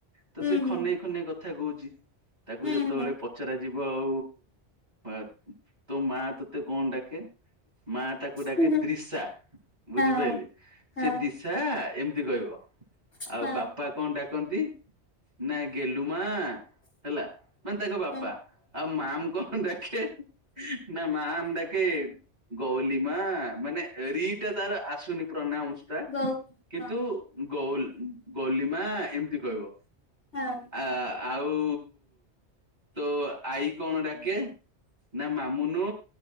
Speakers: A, on the right; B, on the left.
A: ତ
B: ହୁଁ
A: ସେ ଖନେଇ
B: ହୁଁ
A: ନେଇ କଥା କହୁଛି ତାକୁ
B: ହୁଁ
A: ଯେତେବେଳେ
B: ହୁଁ
A: ପଚାରା ଯିବ ଆଉ ଆ ତୋ ମା ତୋତେ କଣ ଡାକେ? ମା ତାକୁ ଡାକେ
B: ହୁଁ ହୁଁ
A: ଦ୍ରିଶା ବୁଝିପାଇଲେ
B: ହଁ ହଁ
A: ସେ ଦିଶା। ସା ଏମିତି କହିବ ଆଉ
B: ହଁ
A: ବାପା। ବାପା କଣ ଡାକନ୍ତି ନାଇ ଗେଲୁ ମା ହେଲା ମାନେ ତାଙ୍କ ବାପା
B: ହଁ
A: ଆଉ ମାମ କଣ ଡାକେ ନା ମାମ ଡାକେ ଗଉଲିମା ମାନେ ରିଟା ତାର ଆସୁନି ପ୍ରନାଉସ ଟା
B: ଗଉ
A: କିନ୍ତୁ
B: ହଁ
A: ଗଉ ଗଉଲିମା ଏମିତି କହିବ
B: ହଁ
A: ଆ ଆଉ ତୋ ଆଈ କଣ ଡାକେ ନା ମାମୁନୁ